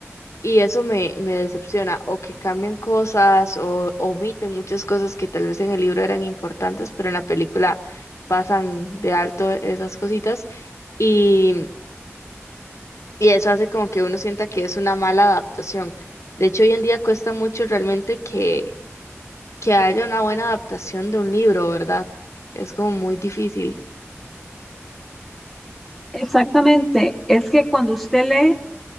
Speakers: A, on the left; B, in the centre.
A: Y eso me, me decepciona, o que cambian cosas, o omiten muchas cosas que tal vez en el libro eran importantes, pero en la película pasan de alto esas cositas, y, y eso hace como que uno sienta que es una mala adaptación. De hecho, hoy en día cuesta mucho realmente que, que haya una buena adaptación de un libro, ¿verdad? Es como muy difícil.
B: Exactamente, es que cuando usted lee